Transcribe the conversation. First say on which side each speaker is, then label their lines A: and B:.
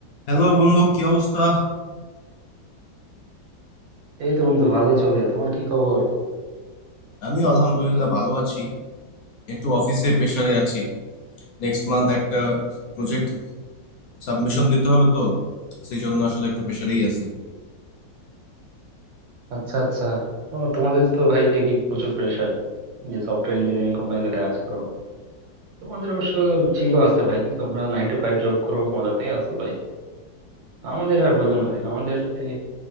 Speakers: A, on the left; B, on the right.
A: Hello বন্ধু কি অবস্থা
B: এই তো বন্ধু ভালোই চলে তোমার কি খবর
A: আমি আলহামদুলিল্লাহ ভালো আছি একটু অফিসে প্রেসারে আছি নেক্সট মান্থ একটা প্রজেক্ট সাবমিশন দিতে হবে তো সেই জন্য আসলে একটু প্রেসারেই আছি
B: আচ্ছা আচ্ছা ও তোমাদের তো ভাই দেখি প্রচুর প্রেসার যে সফটওয়্যার ইঞ্জিনিয়ারিং কোম্পানিতে কাজ করো তোমাদের অবশ্য চিলও আছে ভাই তোমরা নাইন টু ফাইভ জব করো মজাতেই আছো ভাই আমাদের আর বলো না ভাই আমাদের এই